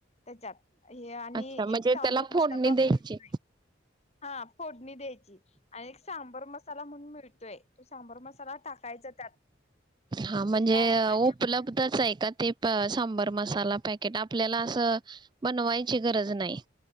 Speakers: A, on the left (about 35°); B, on the right (about 25°).
A: त्याच्यात हे आणि
B: अच्छा म्हणजे
A: एक सांबर
B: त्याला
A: मसाला
B: फोडणी द्यायची
A: मिळतोय हा फोडणी द्यायची आणि एक सांबर मसाला म्हणून मिळतोय तो सांबर मसाला टाकायचा त्यात
B: हा म्हणजे
A: काय आणि
B: उपलब्धच
A: आपण
B: आहे का ते सांबर मसाला पॅकेट आपल्याला असं बनवायची गरज नाही